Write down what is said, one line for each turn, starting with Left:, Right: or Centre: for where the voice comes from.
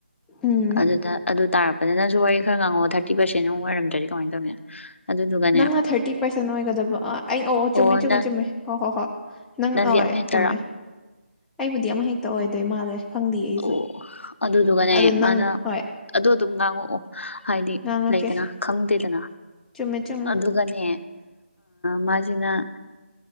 Centre: ꯎꯝ
Left: ꯑꯗꯨꯗ ꯑꯗꯨ ꯇꯥꯔꯄ ꯑꯗꯨꯗꯅ ꯅꯪꯁꯨ ꯋꯥꯔꯤ ꯉꯥꯡꯉꯣ ꯊꯥꯔꯇꯤ ꯄꯔꯁꯦꯟ ꯑꯃꯨꯛ ꯑꯣꯏꯔꯝꯗ꯭ꯔꯗꯤ ꯀꯃꯥꯏꯅ ꯇꯧꯅꯤ ꯑꯗꯨꯗꯨꯒꯅꯦ
Centre: ꯅꯪꯅ ꯊꯥꯔꯇꯤ ꯄꯥꯔꯁꯦꯟ ꯑꯣꯏꯒꯗꯕꯥ ꯑꯩ ꯑꯧ
Left: ꯑꯣ
Centre: ꯆꯨꯝꯃꯦ ꯆꯨꯝꯃꯦ
Left: ꯅꯪ
Centre: ꯆꯨꯝꯃꯦ ꯍꯣꯏ ꯍꯣꯏ ꯍꯣꯏ ꯅꯪ
Left: ꯅꯪꯗꯤ
Centre: ꯑꯣ
Left: ꯑꯃ ꯍꯦꯛꯇꯔꯥ
Centre: ꯆꯨꯝꯃꯦ ꯑꯩꯕꯨꯗꯤ ꯑꯃ ꯍꯦꯛꯇ ꯑꯣꯏꯗꯣꯏ ꯃꯥꯜꯂꯦ ꯈꯪꯗꯦ ꯑꯩꯁꯨ
Left: ꯑꯣ ꯑꯗꯨꯗꯨꯒꯅꯦ
Centre: ꯑꯗꯣ ꯅꯪ
Left: ꯃꯥꯅ
Centre: ꯍꯣꯏ
Left: ꯑꯗꯨ ꯑꯗꯨꯝ ꯉꯥꯡꯉꯛꯑꯣ ꯍꯥꯏꯗꯤ
Centre: ꯉꯥꯡꯉꯛꯀꯦ
Left: ꯂꯩꯗꯅ ꯈꯪꯗꯦꯗꯅ
Centre: ꯆꯨꯝꯃꯦ ꯆꯨꯝꯃꯦ
Left: ꯑꯗꯨꯒꯅꯦ ꯃꯥꯁꯤꯅ